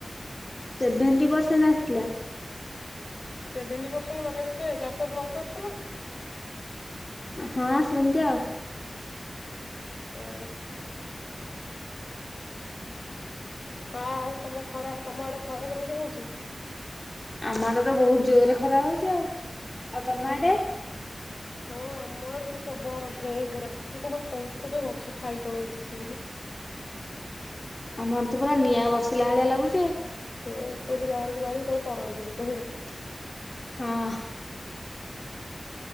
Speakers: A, on the left; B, on the left.
A: ସେଭେଣ୍ଟି ପରସେଣ୍ଟ ଆସିଥିଲା।
B: ସେଭେଣ୍ଟି ପରସେଣ୍ଟ ମାନେ କତେ ଚାରିଶହ ପ୍ଲସ୍ ଆସିଥିଲା?
A: ହଁ ସେମିତି ଆଉ।
B: ଓହୋ। ଆ ଆଉ ତମ ଖରା ତମଆଡେ ଖରା କେମିତି ହଉଚି?
A: ଆମ ଆଡେ ତ ବହୁତ୍ ଜୋରରେ ଖରା ହଉଚି ଆଉ। ଆଉ ତମ
B: ଉଁ
A: ଆଡେ?
B: ହୁଁ। ହଁ ଆମ ଆଡେ ବି ପ୍ରବଳ ମାତ୍ରାରେ ଘୋରା। ମୁଁ ପା କହୁଚି ତୋତେ ଗଛ ଛାଇ ତଳେ ବସିଚି ବୋଲି।
A: ଆମ ଆଡେ ତ ପୁରା ନିଆଁ ବର୍ଷିଲା ଭଳିଆ ଲାଗୁଛି ଆଉ।
B: ହଁ ତୁ ଯଦି ବାହାରକୁ ବାହାରିବୁ ତାଲେ ତରଳି ଯିବୁ ଏକାଥରେ।
A: ହଁ।